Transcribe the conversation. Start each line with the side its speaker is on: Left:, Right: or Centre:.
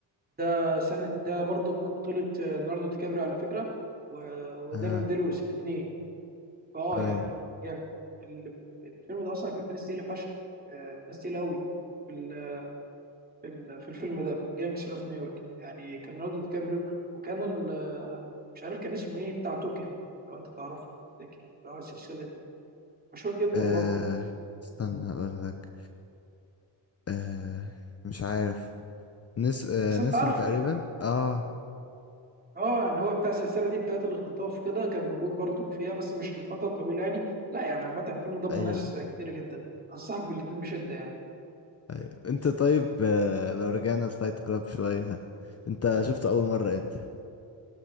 Right: ده سن ده برضو بطولة آه، ليوناردو دي كابريو على فكرة و- ودانيال
Left: اه
Right: دي لويس الاتنين فاه
Left: ايوه
Right: يعني جامد ال- الفيلم ده اصلا كان فيه ناس تقيله فشخ آه، ناس تقيله قوي في ال- في ال- في الفيلم ده جانجستر اوف نيويورك يعني كان ليوناردو دي كابريو وكان ال- مش عارف كان اسمه ايه بتاع توكن لو انت تعرفه لكن لو السلسله دي مشهور جدا
Left: آه.
Right: برضه
Left: استنى اقول لك آه. مش عارف نس آه.
Right: بس انت
Left: نسون
Right: عارفه
Left: تقريبا
Right: يعني
Left: اه
Right: اه يعني هو بتاع السلسله دي بتاعت الاختطاف كده كان موجود برضه فيها بس مش لفتره طويله يعني لا يعني عامه الفيلم ضم
Left: ايوه
Right: ناس كتير جدا انصحك بالاتنين بشده يعني
Left: ايوه انت طيب آه. لو رجعنا لفايت كلاب شوية انت شفته اول مرة امتى